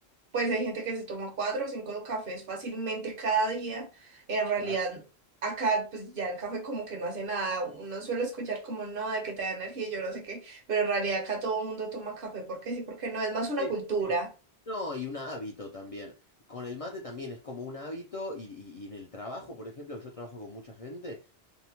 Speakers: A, on the right; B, on the left.
A: pues hay gente que se toma cuatro o cinco cafés fácilmente cada día. En realidad.
B: Claro.
A: Acá, pues ya el café como que no hace nada. Uno suele escuchar como no, de que te da energía y yo no sé qué, pero en realidad acá todo el mundo toma café porque sí, porque no, es más una
B: Sí,
A: cultura.
B: sí. No, y un hábito también. Con el mate también es como un hábito y, y- y en el trabajo, por ejemplo, que yo trabajo con mucha gente,